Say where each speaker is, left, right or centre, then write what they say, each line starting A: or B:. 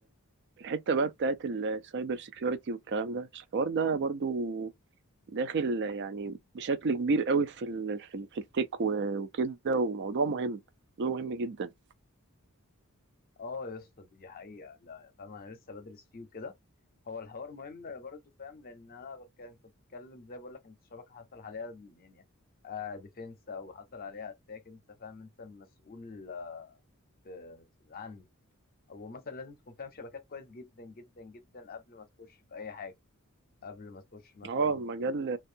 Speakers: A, on the right; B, on the left.
A: في الحتة بقى بتاعت السايبر سيكيورتي والكلام ده الحوار ده برضو داخل يعني بشكل كبير قوي في ال في, ال في التك و- وكده وموضوع مهم موضوع مهم جدا
B: اه يا اسطى دي حقيقة لا فاهم انا لسه بدرس فيه وكده هو الحوار مهم برضه فاهم لان انا بك... انت بتتكلم زي بقول لك انت الشبكة حصل عليها يعني آه ديفنس او حصل عليها اتاك انت فاهم انت المسؤول آه، ت- ت- عنه او مثلا لازم تكون فاهم شبكات كويس جدا جدا جدا قبل ما تخش في اي حاجة قبل ما تخش مثلا
A: اه المجال